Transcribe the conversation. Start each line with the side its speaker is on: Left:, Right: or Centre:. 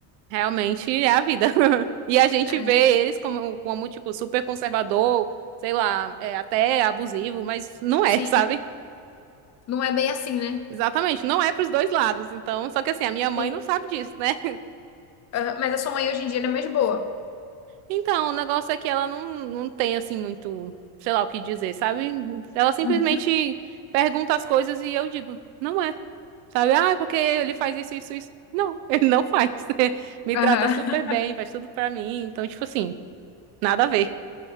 Right: Realmente é a vida. <laughs> E a gente
Left: É,
Right: vê eles como, como tipo, super conservador, sei lá, é, até abusivo, mas não
Left: Sim.
Right: é, <laughs> sabe?
Left: Não é bem assim, né?
Right: Exatamente, não é pros dois lados. Então, só que assim, a minha mãe
Left: Sim.
Right: não sabe disso, né? <laughs>
Left: Aham, Mas a sua mãe hoje em dia ela é mais boa.
Right: Então, o negócio é que ela não, não tem, assim, muito, sei lá, o que dizer, sabe? Ela simplesmente
Left: Uhum.
Right: pergunta as coisas e eu digo, não é. Sabe? Ah, é porque ele faz isso, isso, isso. Não, <laughs> ele não faz. <laughs> Me
Left: Aham.
Right: trata super bem,
Left: <laughs>
Right: faz tudo pra mim. Então, tipo assim, nada a ver.